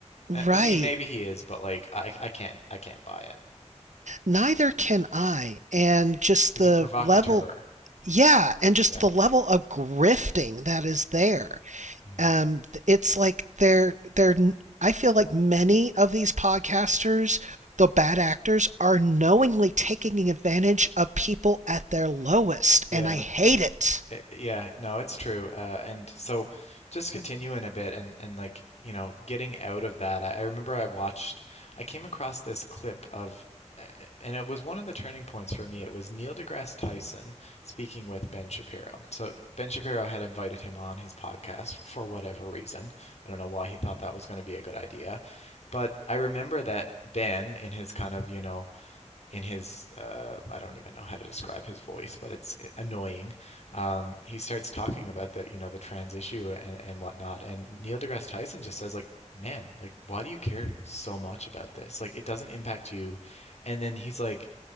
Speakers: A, on the left; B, on the right.
A: I,
B: right,
A: I mean, maybe he is, but like, I, I can't, I can't buy it.
B: neither can I. And just
A: He's
B: the
A: a provocateur.
B: level, yeah, and just
A: Yeah.
B: the level of grifting that is there.
A: Mm.
B: um it's like they're they're n- I feel like many of these podcasters the bad actors are knowingly taking advantage of people at their lowest
A: Yeah.
B: and i hate it
A: I- yeah. No, it's true. Uh, and so just continuing a bit and, and like, you know, getting out of that, I, I remember I watched, I came across this clip of, uh, and it was one of the turning points for me. It was Neil deGrasse Tyson speaking with Ben Shapiro. So Ben Shapiro had invited him on his podcast for whatever reason. I don't know why he thought that was going to be a good idea. But I remember that Ben, in his kind of, you know, in his uh, I don't even know how to describe his voice, but it's eh, annoying. Um, he starts talking about the you know the trans issue and, and whatnot, and Neil deGrasse Tyson just says like, man, like why do you care so much about this? Like it doesn't impact you. And then he's like,